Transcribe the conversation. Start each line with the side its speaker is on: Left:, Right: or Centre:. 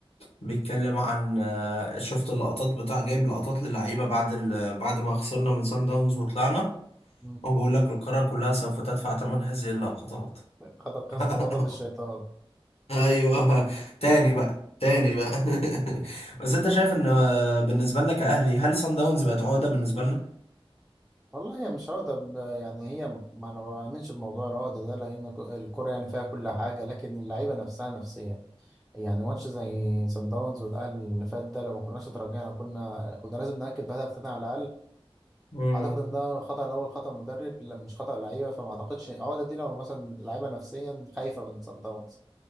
Left: بيتكلم عن آه، شفت اللقطات بتاع جايب لقطات للعيبه بعد ال... بعد ما خسرنا من سان داونز وطلعنا
Centre: مم.
Left: هو بيقول لك القاره كلها سوف تدفع ثمن هذه اللقطات
Centre: خد القسم وغضب
Left: <laughs>
Centre: الشيطان.
Left: ايوه تاني بقى تاني بقى <laughs> بس انت شايف ان آه، بالنسبه لنا كاهلي هل سان داونز بقت عقده بالنسبه لنا؟
Centre: والله هي مش عقدة ب- يعني هي ما أنا ما بعملش بموضوع العقدة ده لأن ك- الكرة يعني فيها كل حاجة لكن اللعيبة نفسها نفسيا يعني ماتش زي سان داونز والأهلي اللي فات ده لو ما كناش اتراجعنا كنا كنا لازم نأكد بهدف تاني على الأقل
Left: مم.
Centre: أعتقد إن ده خطأ الأول خطأ مدرب لا- مش خطأ لعيبة فما أعتقدش العقدة دي لو مثلا اللعيبة نفسيا خايفة من سان داونز